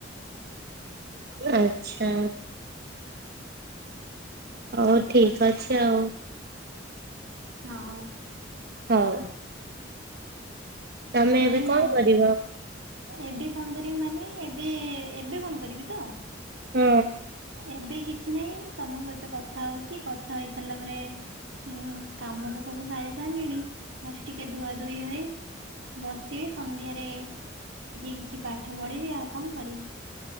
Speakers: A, on the right (about 55°); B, on the right (about 80°).
A: ଆଛା। ହଉ ଠିକ୍ ଅଛି ଆଉ।
B: ହଁ
A: ହଉ। ତମେ
B: ନାଇଁ
A: ଏବେ କଣ
B: ଆଉ
A: କରିବ?
B: ଏବେ କଣ କରିବି ମାନେ ଏବେ ଏବେ କଣ କରିବି ତ?
A: ହୁଁ।
B: ଏବେ କିଛି ନାହିଁ ତମ ସହିତ କଥା ହୋଉଚି କଥା ହେଇ ସାରିଲା ପରେ ଏ କାମ ତ ସବୁ ମୁଁ ସାରିସାଇଲିଣି ବାସ୍ ଟିକେ ଧୁଆ ଧୁୋଇ ହୋଇ ବସିବି ସନ୍ଧ୍ୟାରେ ଟିକେ କିଛି ପାଠ ପଢିବି ଆଉ କଣ କରିବି।